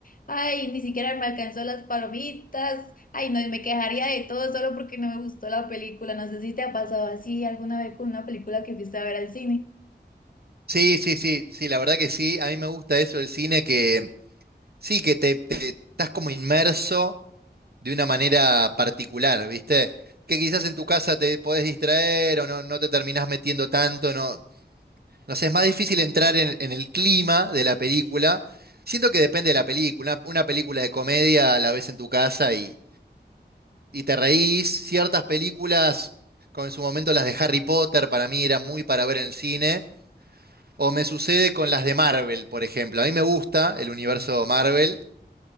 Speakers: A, on the left (about 50°); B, on the right (about 60°).
A: Ay, ni siquiera me alcanzó las palomitas. Ay, no, y me quejaría de todo solo porque no me gustó la película. No sé si te ha pasado así alguna vez con una película que fuiste a ver al cine.
B: Sí, sí, sí, sí, la verdad que sí, a mí me gusta eso del cine que Sí, que te, te- estás como inmerso de una manera particular, ¿viste? Que quizás en tu casa te podés distraer o no, no te terminás metiendo tanto, no, no sé, es más difícil entrar en, en el clima de la película. Siento que depende de la película. Una película de comedia la ves en tu casa y, y te reís. Ciertas películas, como en su momento las de Harry Potter, para mí eran muy para ver en el cine. O me sucede con las de Marvel, por ejemplo. A mí me gusta el universo Marvel